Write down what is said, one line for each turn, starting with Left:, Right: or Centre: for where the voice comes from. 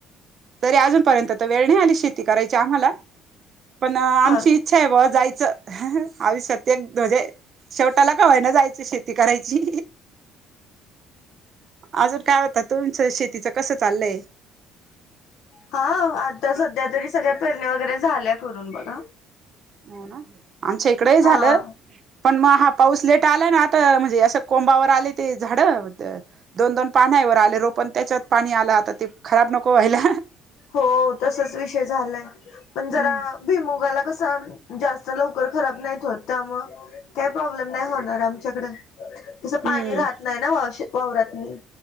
Right: तरी अजूनपर्यंत तर वेळ नाही आली शेती करायची आम्हाला. पण आमची
Left: हा ना.
Right: इच्छा आहे ब जायचं आयुष्यात एक म्हजे शेवटाला का वायना जायच शेती करायची. अजून काय वाटत तुमचं शेतीच कस चाललय?
Left: हा आता सध्या तरी सगळ्या पेरणी वगैरे झाल्या करून बघा.
Right: हो ना आमच्या इकडंही झालं.
Left: हा
Right: पण मग हा पाऊस लेट आला ना आता म्हणजे असं कोंबावर आले- ते झाड दोन-दोन पानावर आले रोपण त्याच्यात पाणी आला आता ते खराब नको व्हायला.
Left: हो तसच विषय झालाय पण
Right: हम्म
Left: जरा- भुईमुगाला कसा जास्त लवकर खराब नाहीत होत त्यामु काही प्रॉब्लेम नाही होणार आमच्याकडं तसं
Right: हम्म
Left: पाणी राहत नाही ना वावरात नाही